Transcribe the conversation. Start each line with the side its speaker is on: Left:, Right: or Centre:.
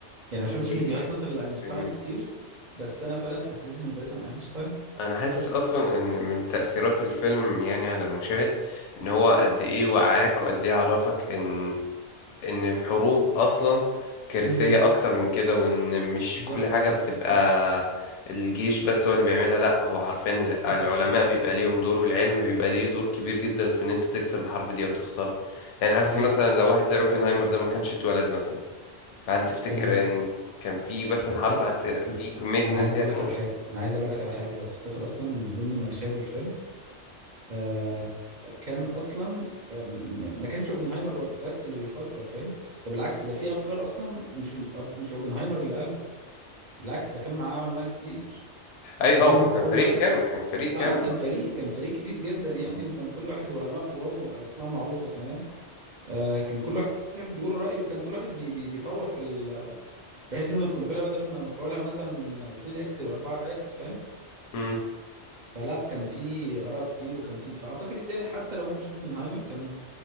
Right: يعني ما شفتش
Left: 100%
Right: فيديوهات مثلا لاينشتاين كتير بس انا فعلا حسيت ان ده كان اينشتاين
Left: انا حاسس اصلا ان من تأثيرات الفيلم يعني على المشاهد ان هو قد ايه وعاك وقد ايه عرفك ان ان الحروب اصلا كارثية
Right: مهم.
Left: اكتر من كده وان مش
Right: بالظبط
Left: كل حاجة بتبقى
Right: صح
Left: الجيش بس هو اللي بيعملها لا هو حرفيا ال-
Right: صح
Left: العلماء بيبقى ليهم دور والعلم بيبقى ليه دور كبير جدا في ان انت تكسب الحرب دي او تخسرها يعني
Right: صحيح
Left: حاسس مثلا لو واحد زي اوبنهايمر ده ما كانش اتولد مثلا فهل تفتكر
Right: تمام
Left: ان كان في مثلا
Right: بقى
Left: حرب
Right: بص
Left: هت...
Right: انا
Left: في كمية
Right: انا
Left: الناس
Right: عايز
Left: دي
Right: اقول
Left: هتموت
Right: لك على حاجه انا عايز اقول لك على حاجه لو تفتكر اصلا من ضمن مشاهد الفيلم آه، كان اصلا آه، م- ما كانش اوبنهايمر بس اللي بيفكر فاهم ده بالعكس ده في افكار اصلا مش مش اوبنهايمر اللي قالها بالعكس ده كان معاه علماء كتير
Left: اي
Right: كان
Left: اه كان
Right: كل
Left: فريق
Right: واحد
Left: كامل كان فريق كامل
Right: اه كان
Left: اه
Right: فريق كان فريق كبير جدا يعني وكان كل واحد وعلماء كبار واسماء معروفة كمان آه كان كل واحد بيقول رأيه وكان كل واحد بي بي بيطور في ال... بحيث ان القنبلة بدل ما مفعولها مثلا 2 اكس يبقى 4 اكس فاهم
Left: امم
Right: فلا كان في آراء كتير وكان في فأعتقد يعني حتى لو مش اوبنهايمر كان